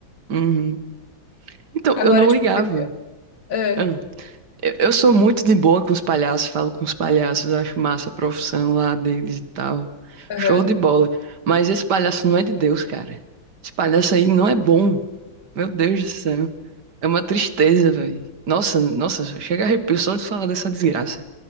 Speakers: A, on the right; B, on the left.
A: Uhum. Então,
B: Agora,
A: eu não
B: tipo.
A: ligava.
B: pe- ah,
A: Hã? Eu, eu sou muito de boa com os palhaços, falo com os palhaços, acho massa a profissão lá deles e tal.
B: aham.
A: Show de bola. Mas esse palhaço não é de Deus, cara. Esse palhaço aí não é bom. Meu Deus do céu. É uma tristeza, velho. Nossa, nossa, chega arrepio só de falar dessa desgraça.